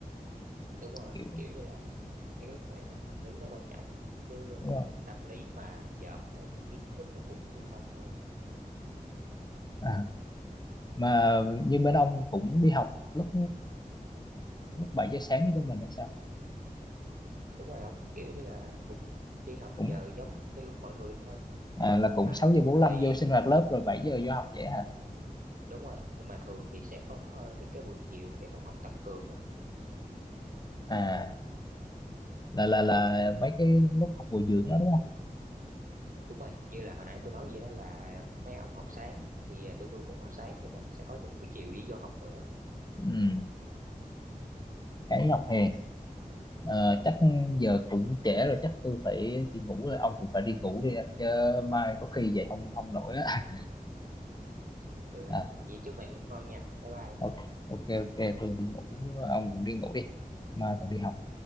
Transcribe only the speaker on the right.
đúng rồi
kiểu như là cái lúc này là tâm lý nó quan trọng chứ
tâm lý mà dởm rồi thì kiến thức nó cũng như không thôi
đúng rồi không kiểu như là cũng đi học
giờ giống như mọi người thôi
mà
thường
thì
đúng rồi nhưng mà thường thì sẽ có ờ, những cái buổi chiều để mà học tăng cường đó
đúng rồi như là hồi nãy tôi nói vậy đó là mấy ông học sáng thì ờ, tụi tôi cũng học sáng nhưng mà sẽ có những buổi chiều đi vô học nữa
ừ. được rồi
vậy chúc bạn ngủ ngon nha bye bye